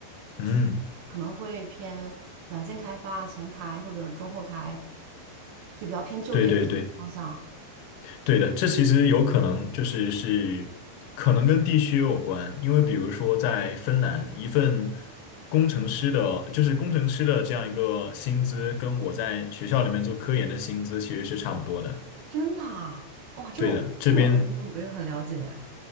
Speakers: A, on the left; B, on the right.
A: 嗯，
B: 就是可能会偏软件开发、前台或者中后台，就比较偏就业方向。
A: 对对对，对的，这其实有可能就是是可能跟地区有关，因为比如说在芬兰，一份工程师的，就是工程师的这样一个薪资，跟我在学校里面做科研的薪资其实是差不多的。
B: 真的啊哇，这么这个我还真的不有很了解。
A: 对的，这边